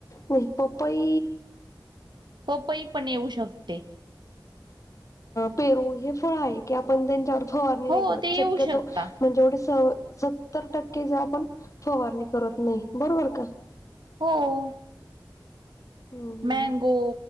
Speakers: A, on the left; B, on the right.
A: व्हयं पप्पई.
B: पपई पण येऊ शकते.
A: पेरू हे फळ आहे की आपण त्यांच्यावर. फवारणी
B: हो
A: नही करत,
B: ते येऊ
A: शक्यतो
B: शकता
A: म्हणजे एवढी स सत्तर टक्के ज आपण फवारणी करत नाही बरोबर का?
B: होय.
A: हम्म
B: मँगो,